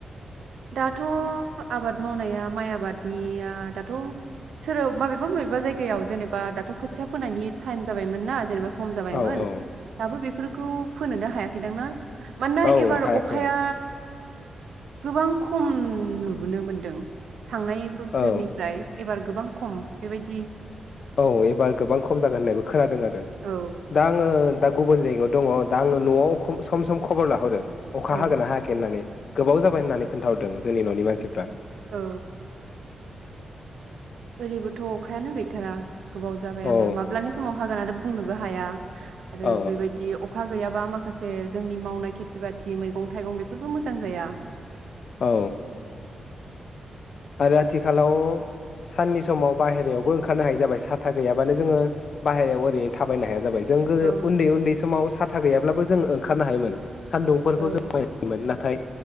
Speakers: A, on the right; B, on the left.
A: दाथ' आबाद मावनाया माइ आबादनिया दाथ' सोरब मबेबा मबेबा जायगायाव जेनेबा दाथ' खोथिया फोनायनि टाइम जाबायमोन ना जेनेबा। सम जाबायमोन
B: औ औ
A: दाबो बेफोरख खौ फोनोनो हायाखैदां ना? मानोना
B: औ
A: एबार
B: हायाखै
A: अख खाया गोबां खम नुबोनो मोनदों। थांनाय बोसोरनिफ्राय
B: औ
A: एबार गोबां खम बेबायदि।
B: औ एबार गोबां खम जागोन होननायबो खोनादों
A: औ
B: दा आङो दा गुबुन जायगायाव दङ दा आङो न'आव खम सम सम खबर लाहरो। अखा
A: औ
B: हागोना हायाखै होननानै। गोबाव जाबाय होननानै खोन्थाहरदों जोंनि न'नि मानसिफ्रा।
A: औ। ओरैबोथ' अखायानो गैथारा। गोबाव जाबायानो
B: औ
A: माब्लानि समाव हागोन आरो। बुंनोबो हाया। आरो
B: औ
A: बेबायदि अखा गैयाबा माख माखासे जोंनि मावनाय खेथि बाथि मैगं थाइगं बेफोरबो मोजां जाया।
B: औ। आरो आथिखालाव साननि समाव बाहेरायावबो ओंखारनो हायै जाबाय सााथा गैयाबानो जोङो बाहेरायाव ओरैनो थाबायनो हाया जाबाय। जों गोदो
A: औ
B: उन्दै उन्दै समाव सा था गोयाब्लाबो जों ओंखारनो हायोमोन। सान्दुंफोरखौ
A: औ
B: जों बायोमोन। नाथाय